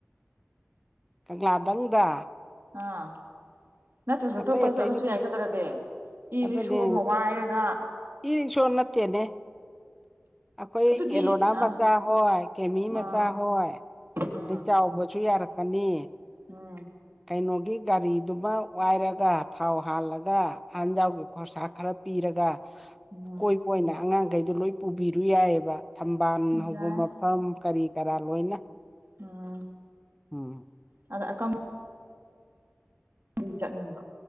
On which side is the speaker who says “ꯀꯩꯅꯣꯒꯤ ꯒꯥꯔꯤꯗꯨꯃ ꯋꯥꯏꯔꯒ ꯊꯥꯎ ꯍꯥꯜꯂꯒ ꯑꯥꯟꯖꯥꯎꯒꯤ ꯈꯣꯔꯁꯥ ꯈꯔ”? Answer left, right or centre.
Centre